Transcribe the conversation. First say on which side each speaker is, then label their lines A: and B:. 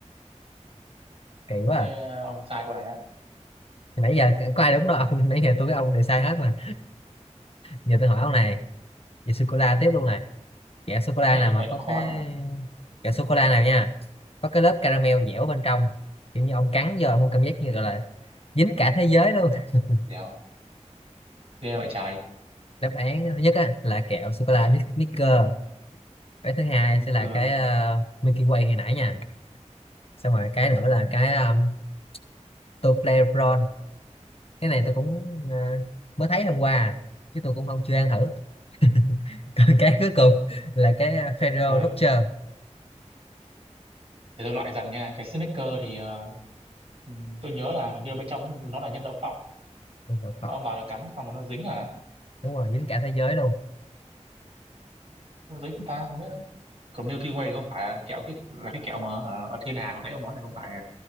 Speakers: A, on the left; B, on the right.
A: Kỳ quá.
B: Thế,
A: À.
B: à, ông sai câu này á
A: Nãy giờ có ai đúng đâu ông. <laughs> Nãy giờ tôi với ông đều sai hết mà. Giờ tôi hỏi ông
B: ừ.
A: này. Về sô cô la tiếp luôn này kẹo sô
B: cái
A: cô la
B: này
A: nào
B: nhìn
A: mà
B: vậy
A: có
B: mà khó
A: cái
B: nhỉ
A: kẹo sô cô la nào nha có cái lớp caramel dẻo
B: ừ,
A: bên trong kiểu như ông cắn vô ông có cảm giác như gọi là dính cả thế giới luôn <laughs>
B: dẻo ghê vậy trái
A: đáp án thứ nhất á, là kẹo sô cô la Snickers cái thứ hai
B: nguy
A: sẽ là
B: cơ
A: cái ờ, Milky Way hồi nãy nha xong rồi cái nữa
B: ừ.
A: là cái um, Toblerone cái này tôi cũng ờ, mới thấy hôm qua à, chứ tôi cũng không chưa ăn thử <laughs> còn cái cuối cùng là cái ờ, Ferrero
B: Ờ,
A: Rocher
B: để tôi loại dần nha cái snicker thì ờ, ừm, tôi nhớ là hình như là bên trong nó, nó là nhân đậu phộng
A: Con cọp
B: mà ông bảo là cắn xong mà nó dính à
A: đúng rồi dính cả thế giới luôn
B: nó dính chúng ta không biết nữa. còn Milky Way thì không phải là kẹo cái là cái kẹo mà ờ, ở thiên hà hồi nãy ông nói là không phải à